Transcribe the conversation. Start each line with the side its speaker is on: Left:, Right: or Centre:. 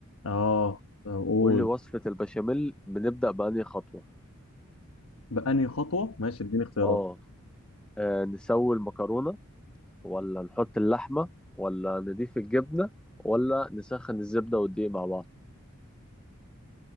Left: آه أقول
Centre: قول لي وصفة البشاميل بنبدأ بأنهي خطوة
Left: بأنهي خطوة؟ ماشي اديني اختيارات
Centre: اه آه، نسوي المكرونة ولا نحط اللحمة ولا نضيف الجبنة ولا نسخن الزبدة والدقيق مع بعض